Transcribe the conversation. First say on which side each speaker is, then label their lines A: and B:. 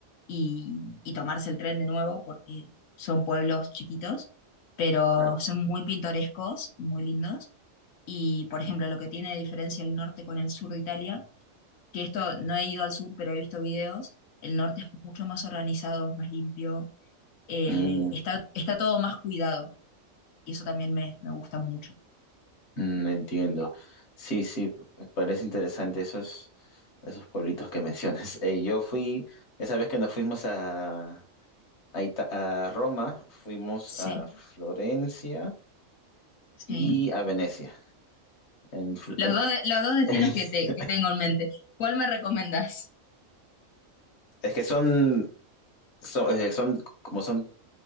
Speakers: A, on the left; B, on the left.
A: y, y tomarse el tren de nuevo porque son pueblos chiquitos, pero
B: claro.
A: son muy pintorescos y muy lindos. Y, por ejemplo, lo que tiene de diferencia el norte con el sur de Italia, que esto no he ido al sur, pero he visto videos, el norte es mucho más organizado, es más limpio, eh,
B: Mm,
A: está, está todo más cuidado y eso también me, me gusta mucho.
B: mm, entiendo. Sí, sí, p- parece interesante esos, esos pueblitos que <laughs> mencionas. Eh, yo fui, esa vez que nos fuimos a, a, Ita- a Roma, fuimos
A: Sí,
B: a Florencia y
A: sí.
B: a Venecia. En Fl-
A: Los
B: eh,
A: dos, de- los dos destinos
B: <laughs>
A: que, te, que tengo en mente. ¿Cuál me recomendás?
B: es que son, son, es son como son